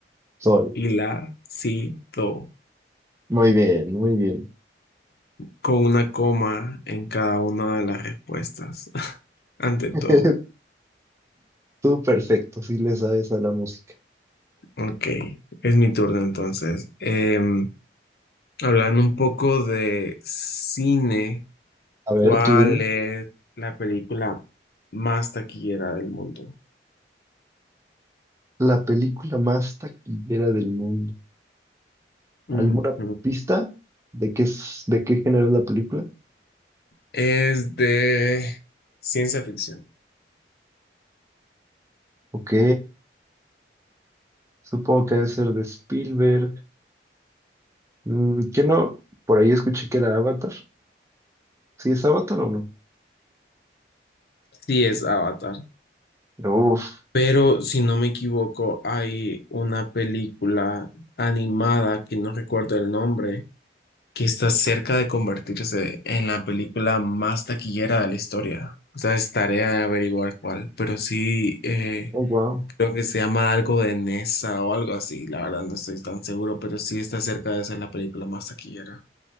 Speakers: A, on the right (about 15°); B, on the left (about 60°).
A: sol.
B: y la, si, do,
A: Muy bien, muy bien.
B: con una coma en cada una de las respuestas, <laughs> ante
A: <laughs>
B: todo.
A: Tú perfecto, sí le sabes a la música.
B: Ok, es mi turno entonces. Em, hablando un poco de cine,
A: A ver,
B: ¿cuál
A: tú dime.
B: es la película más taquillera del mundo?
A: La película más taquillera del mundo.
B: Ujú.
A: ¿Alguna pista de qué es, de qué género es la película?
B: Es de ciencia ficción.
A: Ok, supongo que debe ser de Spielberg. Mm, ¿qué no? Por ahí escuché que era Avatar. ¿Sí es Avatar o no?
B: Sí, es Avatar.
A: Uf,
B: Pero si no me equivoco, hay una película animada que no recuerdo el nombre, que está cerca de convertirse en la película más taquillera de la historia. O sea, es tarea de averiguar cuál, pero sí eh,
A: oh, wow.
B: creo que se llama algo de Nessa o algo así. La verdad no estoy tan seguro, pero sí está cerca de ser la película más taquillera.